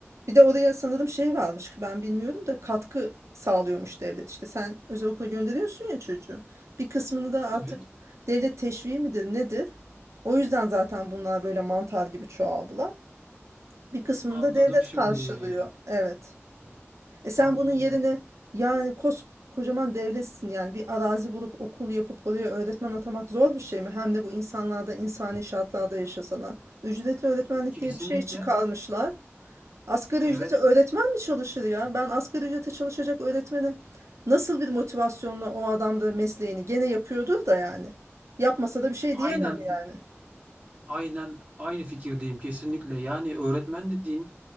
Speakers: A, on the right; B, on the right.
A: Bir de oraya sanırım şey varmış. Ben bilmiyorum da katkı sağlıyormuş devlet. İşte sen özel okula gönderiyorsun ya çocuğu. Bir kısmını da artık
B: Evet.
A: devlet teşviği midir nedir? O yüzden zaten bunlar böyle mantar gibi çoğaldılar. Bir kısmını
B: Anladım
A: da devlet
B: şimdi.
A: karşılıyor. Evet. E sen
B: Ha,
A: bunun yerine yani koskocaman devletsin yani bir arazi bulup okul yapıp oraya öğretmen atamak zor bir şey mi? Hem de bu insanlarda insani şartlarda yaşasalar. Ücretli öğretmenlik
B: kesinlikle.
A: diye bir şey çıkarmışlar. Asgari
B: Evet.
A: ücrete öğretmen mi çalışır ya? Ben asgari ücrete çalışacak öğretmeni nasıl bir motivasyonla o adam da mesleğini gene yapıyordur da yani. Yapmasa da bir şey
B: Aynen
A: diyemem yani.
B: Aynen aynı fikirdeyim kesinlikle. Yani öğretmen dediğin